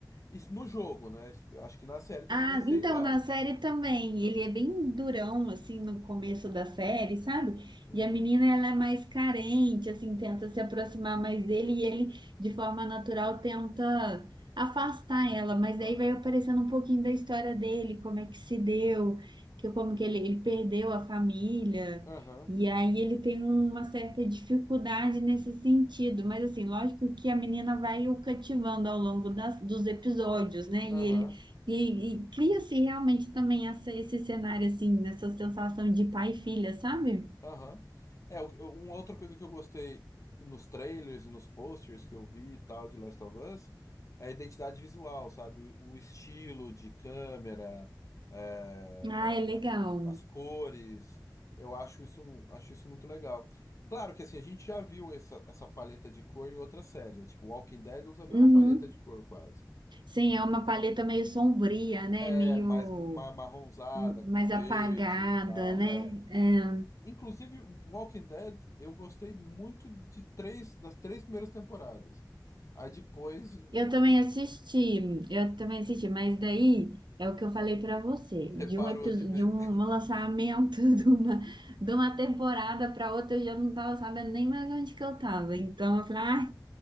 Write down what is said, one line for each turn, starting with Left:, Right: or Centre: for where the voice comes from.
Left: Isso no jogo, né? Isso- Acho que na série também
Right: Ah,
Left: vai ser
Right: então,
Left: igual.
Right: na série também, ele é bem durão, assim, no começo da série, sabe?
Left: Uhum.
Right: E a menina, ela é mais carente, assim, tenta se aproximar mais dele e ele, de forma natural, tenta afastar ela, mas
Left: Aham.
Right: aí vai aparecendo um pouquinho da história dele, como é que se deu, que como que ele, ele perdeu a família,
Left: Aham.
Right: e aí ele tem uma certa dificuldade nesse sentido, mas assim, lógico que a menina vai o cativando ao longo das, dos episódios, né?
Left: Aham.
Right: E ele e, e cria-se realmente também essa, esse cenário, assim, nessa sensação de pai e filha, sabe?
Left: Aham. É, o- o- uma outra coisa que eu gostei nos trailers, nos posters que eu vi e tal de Last of Us é a identidade visual, sabe? O, o estilo de câmera, é,
Right: Ah, é legal.
Left: a- as cores. Eu acho isso, acho isso muito legal. Claro que assim, a gente já viu essa, essa paleta de cor em outras séries, né? Tipo, Walking Dead usa a mesma
Right: Uhum.
Left: paleta de cor quase.
Right: Sim, é uma paleta meio sombria, né?
Left: É
Right: Meio
Left: mais ma- marronzada,
Right: hum,
Left: com
Right: mais
Left: verde
Right: apagada,
Left: e tal.
Right: né?
Left: é.
Right: É.
Left: Inclusive, Walking Dead, eu gostei muito de três, das três primeiras temporadas. Aí depois eu
Right: Eu também assisti, eu também assisti, mas daí é o que eu falei para você,
Left: <laughs> reparou
Right: de um episódio,
Left: de ver.
Right: de um um lançamento <laughs> de uma, de uma temporada para outra, eu já não tava sabendo nem mais onde que eu tava. Então eu falei, ah,